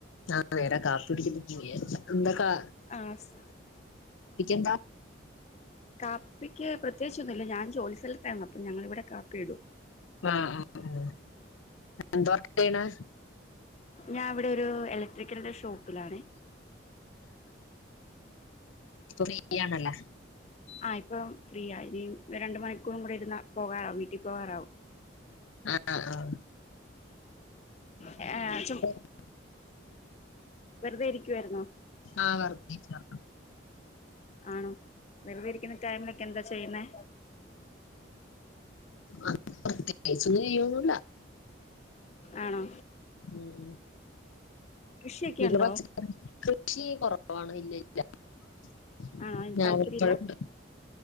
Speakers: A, on the left (about 80°); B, on the left (about 35°).
A: ആഹ് നേരാ കാപ്പികുടിക്കുന്ന <unintelligible> എന്തകാ
B: ആഹ് സ്
A: എന്താ
B: കാപ്പിക്ക് പ്രത്യേകിച്ചൊന്നുല്ല ഞാൻ ജോലി സ്ഥലത്താണ് അപ്പം ഞങ്ങളൾ ഇവിടെ കാപ്പി ഇടും
A: ആഹ് ആഹ് എന്താവർക്കയ്യ്ണ്
B: ഞാൻ ഇവിടെ ഒരു എലക്ട്രിക്കലന്റെ ഷോപ്പിലാണ്.
A: ഇപ്പൊ ഫ്രീയാണല്ലേ?
B: ആഹ് ഇപ്പൊ ഫ്രീ ആ ഇനി രണ്ട് മണിക്കൂറും കൂടി ഇരുന്ന പോകാറാവും വീട്ടിപോവാറാവും.
A: ആഹ് ആഹ്
B: ആ ചും
A: <unintelligible>
B: വെറുതെ ഇരിക്കുവായിരുന്നോ?
A: ആഹ് വെർതെഇരിക്കാ
B: ആണോ വെറുതെ ഇരിക്കുന്ന ടൈമിലൊക്കെ എന്താ ചെയ്യുന്നെ
A: അങ്ങനെ പ്രതേകിച്ച് ഒന്നും ചെയ്യൊന്നില്ല.
B: ആണോ
A: ഉം
B: കൃഷിയൊക്കെ
A: വീട്ടില്
B: ഉണ്ടോ
A: പച്ചക്കറി കൃഷി കൊറവാണ് ഇല്ലല്ല ല്ല
B: ആണോ അതിന്
A: ഞാവൽപ്പഴോണ്ട്
B: താല്പര്യം ഇല്ല